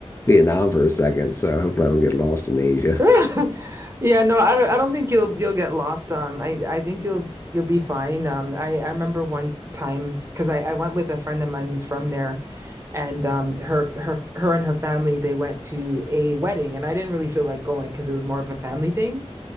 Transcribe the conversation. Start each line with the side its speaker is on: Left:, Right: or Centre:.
Left: Vietnam for a second, so hopefully, I don't get lost in Asia.
Right: <laughs> Yeah, no, I don't, I don't think you'll you'll get lost. Um, I I think you'll you'll be fine. Um, I I remember one time because I I went with a friend of mine who's from there, and um, her her her and her family they went to a wedding, and I didn't really feel like going because it was more of a family thing.